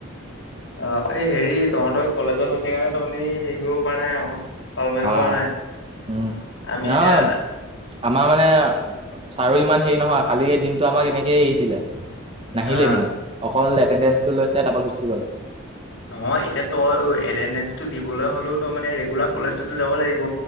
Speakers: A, on the left; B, on the right.
A: অ', এই হেৰি তহঁতৰ কলেজত হৈছে কাৰণে তহঁতি হেৰি কৰিব পৰা নাই আৰু। পাল মাৰিব
B: আহ
A: পৰা নাই,
B: উম
A: আমি
B: নহয়
A: এতিয়া
B: আমাৰ মানে, ছাৰো ইমান হেৰি নহয় কালি দিনটো আমাক এনেকেই এৰি দিলে। নাহিলেই
A: হা
B: মানে, অকল এটেণ্ডেঞ্চটো লৈছে তাৰপৰা গুচি গ'ল।
A: নহয় এতিয়া তই এটেডেঞ্চটো দিবলৈ হ'লেও ত মানে ৰেগুলাৰ কলেজটোতো যাব লাগিব।